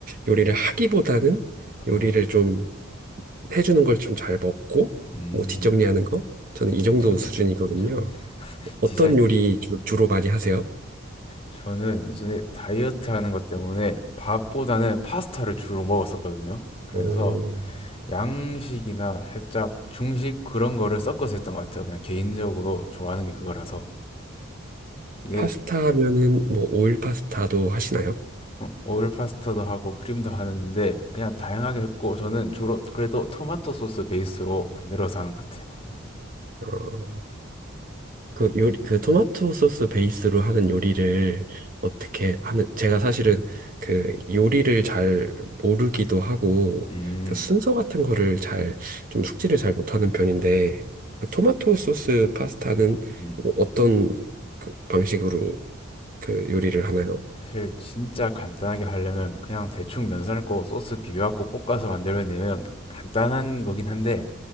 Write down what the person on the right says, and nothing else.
요리를 하기보다는
요리를 좀 해주는 걸 좀 잘 먹고
뭐 뒷정리하는 거 저는 이 정도
수준이거든요.
어떤
요리 주- 주로 많이 하세요?
어,
파스타면은 뭐 오일 파스타도 하시나요?
어, 그 요리 그 토마토 소스 베이스로 하는 요리를 어떻게 하는 제가 사실은 그 요리를 잘 모르기도 하고
그 순서 같은 거를 잘 좀 숙지를 잘 못하는 편인데 그 토마토 소스 파스타는
뭐 어떤 그 방식으로 그 요리를 하나요?